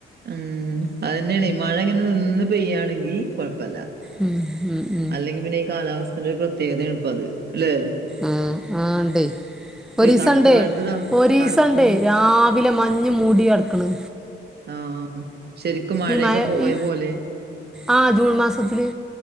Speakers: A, on the right; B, in the centre.
A: ഉം അതന്നെണെ മഴ ഇങ്ങനെ നിന്ന് പെയ്യാണെങ്കി കൊഴപ്പല്ല
B: ഉം ഉം ഉം
A: അല്ലെങ്കി പിന്നെ ഈ കാലാവസ്ഥടെ ഒരു പ്രത്യേകതയാണ് ഇപ്പ അത് ല്ലെ
B: ഉം ആ ഇണ്ട് ഒരീസണ്ട്
A: തണുപ്പ് കാലത്ത് ത
B: ഒരീസണ്ടേ
A: തണുപ്പും
B: രാവിലെ മഞ്ഞ് മൂടി കട്ക്ക്ണ്
A: ആ ശരിക്കും മയെക്ക
B: ഈ മഴ
A: പോയ
B: ഈ
A: പോലെ.
B: ആ ജൂൺ മാസത്തില്